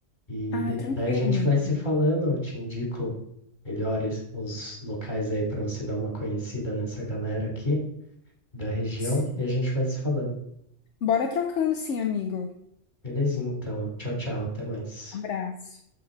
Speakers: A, on the left; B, on the left.
A: E
B: Ah,
A: de-
B: tranquilo,
A: daí a gente
B: amigo.
A: vai se falando, eu te indico melhores os locais aí para você dar uma conhecida nessa galera aqui da região
B: Sim.
A: e a gente vai se falando.
B: Bora trocando, sim, amigo.
A: Belezinha, então. Tchau, tchau, até mais.
B: Abraço.